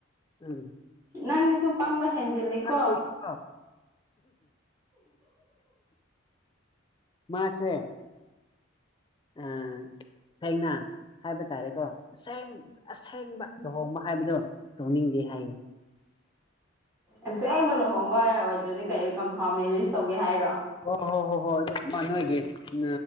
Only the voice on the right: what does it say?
ꯅꯪꯁꯤꯁꯨ ꯄꯪꯕ ꯍꯦꯟꯖꯤꯜꯂꯤꯀꯣ
ꯑꯁꯦꯡꯕ ꯂꯨꯍꯣꯡꯕ ꯑꯣꯏꯗ꯭ꯔꯗꯤ ꯀꯩ ꯀꯝꯐꯔꯃ ꯃꯦꯔꯤꯌꯦꯖ ꯇꯧꯒꯦ ꯍꯥꯏꯔꯣ